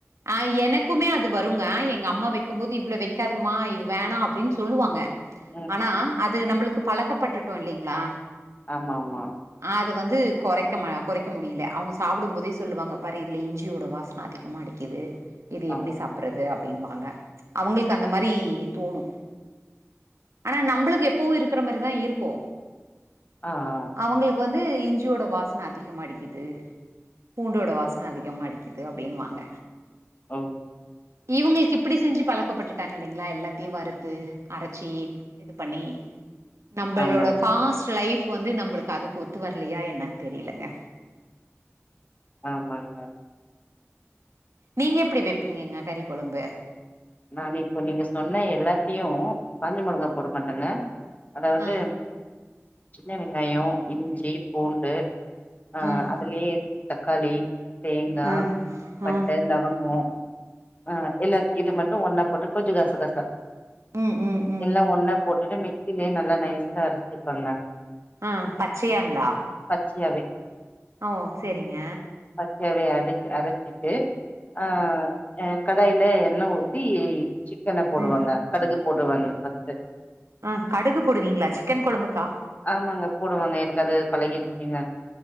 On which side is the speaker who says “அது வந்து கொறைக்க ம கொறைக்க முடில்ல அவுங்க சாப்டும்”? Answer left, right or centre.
Right